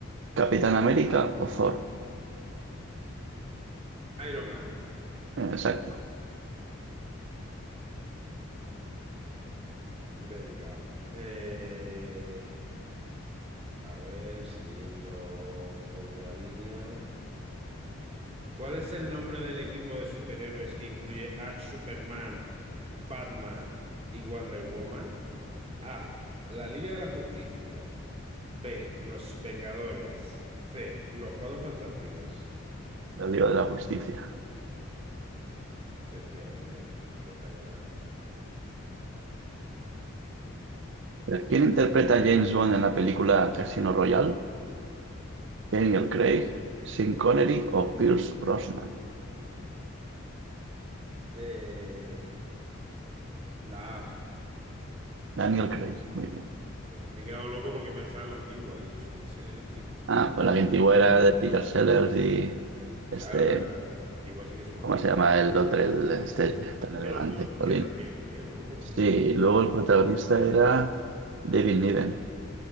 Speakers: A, on the right (about 55°); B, on the right (about 30°).
A: Capitán América o Thor?
B: Iron Man.
A: Eh, Exacto,
B: Venga. Eh, A ver, siguiendo un poco la línea. ¿Cuál es el nombre del equipo de superhéroes que incluye a Superman, Batman y Wonder Woman? A. La Liga de la Justicia. B. Los Vengadores. C. Los Cuatro Fantásticos.
A: la Liga de la Justicia.
B: Efectivamente. Espectacular.
A: A ver, ¿Quién interpreta a James Bond en la película Casino Royale? Daniel Craig, Sean Connery o Pierce Brosnan.
B: Eh, la A.
A: Daniel Craig, muy bien.
B: Me he quedado loco porque pensaba en la antigua. He dicho, ¿quién salía en la antigua?
A: Ah, pues la que antigua era de Peter Sellers y este,
B: Claro, la antigua sí que es una
A: ¿cómo
B: locura,
A: se llama el otro, el, este tan elegante?
B: de los dulces
A: Jolín.
B: también, creo, ¿no? O-
A: Sí,
B: o-
A: luego el protagonista era David Niven,